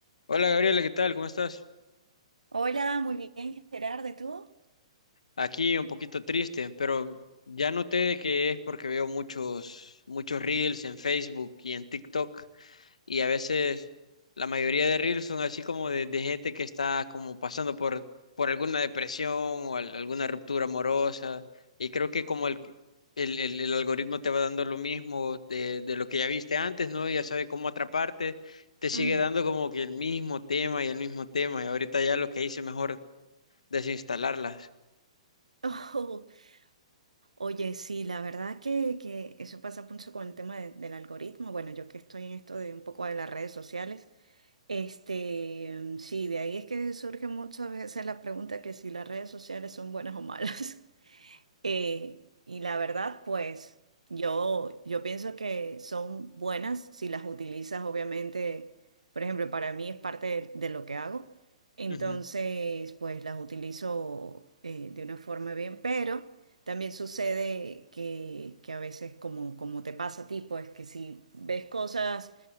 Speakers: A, on the left (about 75°); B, on the right (about 85°).
A: Hola Gabriela, ¿qué tal? ¿Cómo estás?
B: Hola, muy bien, Gerardo, ¿y tú?
A: Aquí un poquito triste, pero ya noté de que es porque veo muchos, muchos reels en Facebook y en TikTok y a veces la mayoría de reels son así como de, de gente que está como pasando por, por alguna depresión o al- alguna ruptura amorosa y creo que como el, el, el- el algoritmo te va dando lo mismo de, de lo que ya viste antes, ¿no? Y ya sabe cómo atraparte, te sigue
B: Mm.
A: dando como que el mismo tema y el mismo tema y ahorita ya lo que hice mejor desinstalarlas.
B: <laughs> Oh, oye, sí, la verdad que, que eso pasa mucho con el tema de- del algoritmo. Bueno, yo que estoy en esto de un poco de las redes sociales, este, mm, sí, de ahí es que surge muchas veces la pregunta que si las redes sociales son buenas o malas. <laughs> Eh, y la verdad, pues yo, yo pienso que son buenas si las utilizas, obviamente, por ejemplo, para mí es parte de, de lo que hago, entonces,
A: Ujú.
B: pues las utilizo eh, de una forma bien, pero también sucede que, que a veces, como, como te pasa a ti, pues que si ves cosas